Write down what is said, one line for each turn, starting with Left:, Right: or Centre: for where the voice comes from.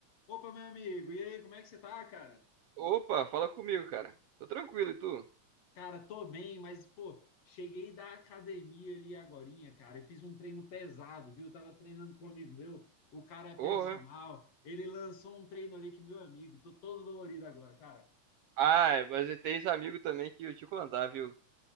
Left: Opa, meu amigo, e aí, como é que você tá, cara?
Right: Opa, fala comigo, cara. Tô tranquilo, e tu?
Left: Cara, tô bem, mas, pô, cheguei da academia ali agorinha, cara, e fiz um treino pesado, viu? Tava treinando com um amigo meu, o cara é personal,
Right: Porra.
Left: ele lançou um treino ali que, meu amigo, tô todo dolorido agora, cara.
Right: Ah, é, mas tens amigo também que eu te contar, viu?